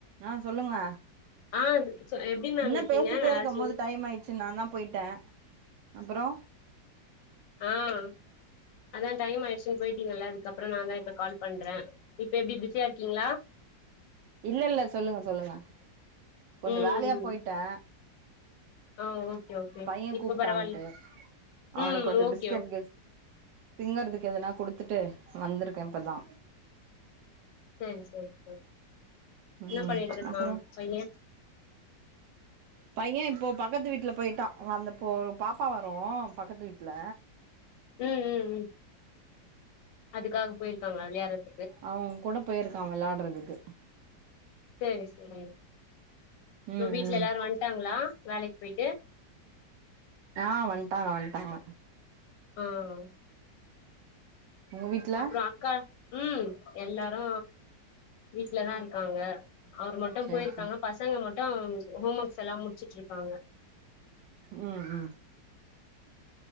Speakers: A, on the right; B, on the left.
A: ஆஹ் சொல்லுங்க
B: ஆ சொ எப்டி மேம்
A: என்ன
B: இருக்கீங்க
A: பேசிட்டே
B: நல்லா
A: இருக்கும்
B: இருக்கீங்
A: போது டைம் ஆயிச்சு சு நா தான் போயிட்டே அப்புறோ
B: ஆஹ் அதான் டைம்யிச்சு போயிட்டீங்கல்ல அதுக்கப்புறோ நா தா இப்ப கால் பண்றேன் இப்ப எப்டி பிஸியா இருக்கீங்களா
A: இல்ல இல்ல சொல்லுங்க சொல்லுங்க கொஞ்சோம்
B: ம்
A: வேலையா போயிட்டே
B: ஆ ஓகே ஓகே
A: பையன்
B: இப்ப
A: கூப்பிட்டான்ட்டு
B: பரவாயில்
A: அவனுக்கு
B: ம்
A: கொஞ்சோ
B: ஓகே
A: பிஸ்கட்
B: ஓ
A: திங்கறதுக்கு எதனா குடுத்துட்டு விட்டு வந்திருக்கேன் இப்பதா
B: சேரி சேரி சேரி என்ன
A: ம்
B: பண்ணிட்டு இருக்கான்
A: அப்புறோ
B: பையன்
A: பையன் இப்போ பக்கத்து வீட்டுல போயிட்டான் அந்தப்போ ஒரு பாப்பா வரும் பக்கத்து வீட்டு்ல
B: உம் உம் உம் அதுக்காக போயிருக்காங்களா விளையாறத்
A: அவுங்க கூட போயிருக்கா வெளாட்றதுக்கு
B: செரி செரி அப்றோ
A: உம்
B: வீட்ல
A: உம்
B: எல்லாரு வந்ட்டாங்களா வேலைக்கு போயிட்டு
A: ஆஹ் வன்டாங்க வன்டாங்க
B: ஆஹ்
A: உங்க வீட்ல
B: அப்றோ அக்கா உம் எல்லாரு வீட்டுலதா இரு க்காங்க அவர் மட்டும்
A: சேரி
B: போயிருக்காங்க
A: சேரி
B: பசங்க மட் டான் ஹோம் ஒர்க்ஸ் ல்லா முடிச்சிட்ருக்காங்க
A: உம் உம்